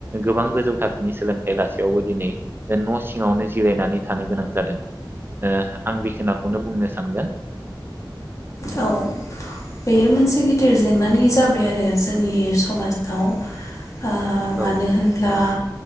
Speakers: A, on the right (about 25°); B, on the left (about 40°).
A: गोबां गोजौ थाखोनि सोलोंथाइ लासेयावबो दिनै न' सिङावनो जिरायनानै थानो गोनां जादों। ओ आं बिखोनाखौनो बुंनोसै। थांगोन।
B: औ बेयो मोनसे गिदिर जेंनानि जाबाय आरो जोंनि समाजाव। आ
A: औ
B: मानो होनब्ला